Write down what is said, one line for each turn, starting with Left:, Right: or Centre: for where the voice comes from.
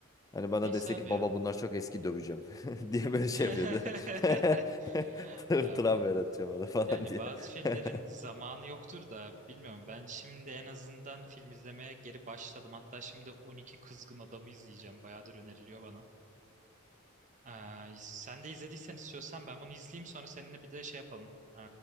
Left: Hani bana
Right: Neyse
Left: dese
Right: abi
Left: ki
Right: ya.
Left: baba bunlar çok eski döveceğim <laughs> diye böyle şey
Right: <laughs>
Left: yapıyordu. <laughs> Tır-
Right: Abi.
Left: Travma yaratacağım ona falan
Right: Yani
Left: diye.
Right: bazı filmlerin
Left: <laughs>
Right: zamanı yoktur da bilmiyorum. Ben şimdi en azından film izlemeye geri başladım. Hatta şimdi 12 Kızgın Adam'ı izleyeceğim. Bayağıdır öneriliyor bana. Ee, sen de izlediysen istiyorsan ben bunu izleyeyim sonra seninle bir de şey yapalım. Ee,